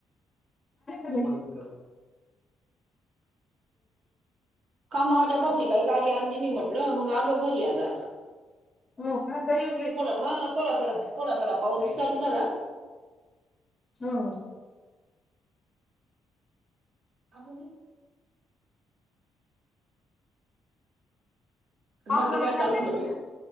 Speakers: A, on the left; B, on the right.
A: घरी
B: हो बला कामा्या बघली काही गाडी आणली म्हट ल मग आलो घरी आता
A: हो पण तरी
B: थोड हा थोड थोा थोड थोडा पाऊस चालू झा
A: हम
B: अ हो
A: हो पाऊस
B: बाकी
A: वगैरे
B: काय चाल
A: चांगला आहे का तिकडे